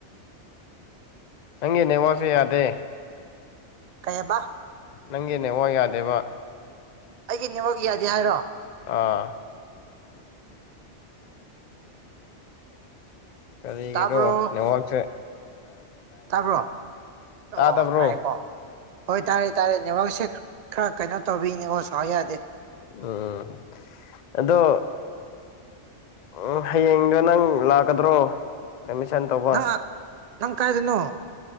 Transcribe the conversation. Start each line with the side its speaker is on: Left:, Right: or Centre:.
Left: ꯍꯪꯦꯅꯦ ꯋꯥꯁꯤꯦꯗꯦ
Right: ꯀꯩꯕ
Left: ꯅꯪꯒꯤꯅꯦ ꯋꯥ ꯌꯥꯗꯦꯕ
Right: ꯑꯩꯒꯤ ꯅꯦꯝꯃꯛ ꯌꯥꯗꯦ ꯍꯥꯏꯔꯣ
Left: ꯑꯥ ꯀꯔꯤꯒꯗꯣ
Right: ꯇꯥꯕ꯭ꯔꯣ
Left: ꯅ ꯍꯁꯦ
Right: ꯇꯥꯕ꯭ꯔꯣ
Left: ꯇꯥꯗꯕ꯭ꯔꯣ
Right: ꯑꯣ ꯇꯥꯏꯦꯀꯣ ꯍꯣꯏ ꯇꯥꯔꯦ ꯇꯥꯔꯦ ꯅꯕꯥꯛꯁꯦ ꯈꯔ ꯀꯩꯅꯣ ꯇꯧꯕꯤꯅꯤ ꯑꯣ ꯁꯥꯎ ꯌꯥꯗꯦ
Left: ꯎꯝ ꯑꯗꯣ ꯎꯝ ꯍꯌꯦꯡꯗꯣ ꯅꯪ ꯂꯥꯛꯀꯗ꯭ꯔꯣ ꯑꯦꯠꯃꯤꯁꯟ ꯇꯧꯕ
Right: ꯅꯪ ꯅꯪ ꯀꯥꯏꯗꯅꯣ